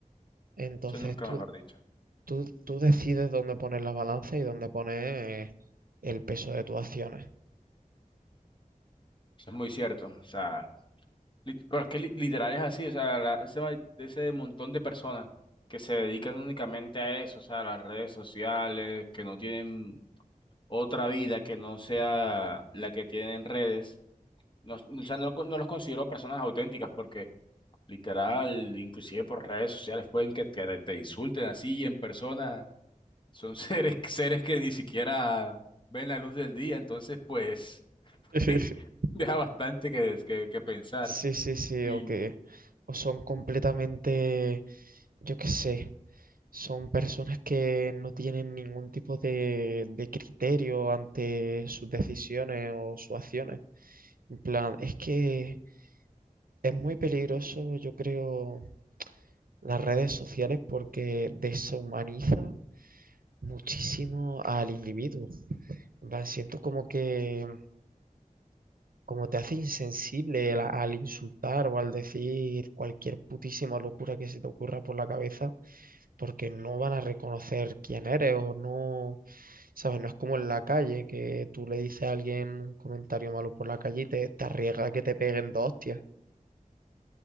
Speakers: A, on the right; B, on the left.
A: Entonces
B: Eso nunca
A: tú
B: mejor dicho.
A: Tú, tú decides dónde poner la balanza y dónde poner el peso de tus acciones.
B: Eso es muy cierto. O sea, Lit- Pero es que li- literal es así, o sea, la- ese, ma- ese montón de personas que se dedican únicamente a eso, o sea, a las redes sociales, que no tienen otra vida que no sea la que tienen en redes, no, o sea, no, con- no los considero personas auténticas porque literal, inclusive por redes sociales pueden que, que te te insulten así y en persona, son <laughs> seres, seres que ni siquiera ven la luz del día, entonces pues
A: <laughs>
B: <laughs> deja bastante que, que, que pensar.
A: Sí, sí, sí,
B: Sí.
A: o que o son completamente, yo qué sé, son personas que no tienen ningún tipo de, de criterio ante sus decisiones o sus acciones. En plan, es que es muy peligroso, yo creo, las redes sociales porque deshumaniza muchísimo al individuo. En plan, siento como que como te hace insensible al, al insultar o al decir cualquier putísima locura que se te ocurra por la cabeza, porque no van a reconocer quién eres o no, ¿sabes? No es como en la calle, que tú le dices a alguien un comentario malo por la calle y te, te arriesga a que te peguen dos hostias.